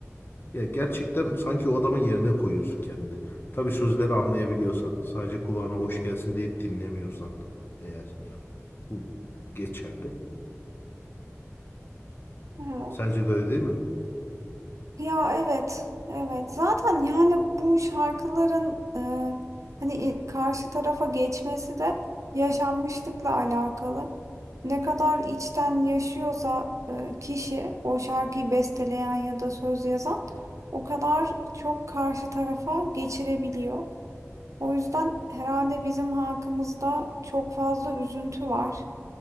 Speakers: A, on the left; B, on the right.
A: ya gerçekten sanki o adamın yerine koyuyorsun kendini. Tabii sözleri anlayabiliyorsan, sadece kulağına hoş gelsin diye dinlemiyorsan eğer. Bu geçerli.
B: Evet.
A: Sence de öyle değil mi?
B: Ya evet, evet. Zaten yani bu şarkıların e, hani i- karşı tarafa geçmesi de yaşanmışlıkla alakalı. Ne kadar içten yaşıyorsa e, kişi o şarkıyı besteleyen ya da söz yazan o kadar çok karşı tarafa geçirebiliyor. O yüzden herhalde bizim halkımızda çok fazla üzüntü var,